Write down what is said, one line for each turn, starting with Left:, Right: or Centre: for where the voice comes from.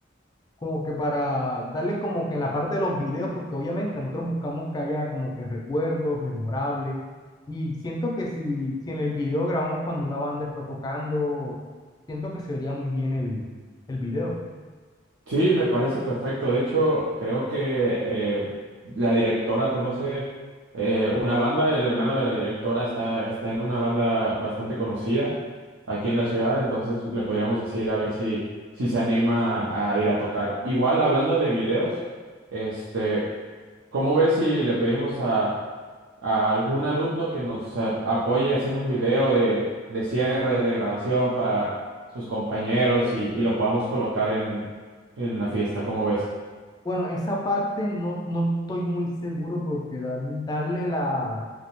Left: como que para darle como que en la parte de los videos, porque obviamente nosotros buscamos que haya como que recuerdos memorables. Y siento que si, si en el video grabamos cuando una banda está tocando, siento que se vería muy bien el, el video.
Right: Sí, me parece perfecto. De hecho, creo que eh, la directora conoce eh, una banda, el hermano de la directora está, está en una banda bastante conocida aquí en la ciudad, entonces le podríamos decir a ver si, si se anima a ir a tocar. Igual, hablando de videos, este, ¿cómo ves si le pedimos a, a algún alumno que nos a- apoye haciendo un video de, de cierre, de graduación para sus compañeros y, y lo podamos colocar en en la fiesta, ¿cómo ves?
Left: Bueno, esa parte no, no estoy muy seguro porque dan- darle la,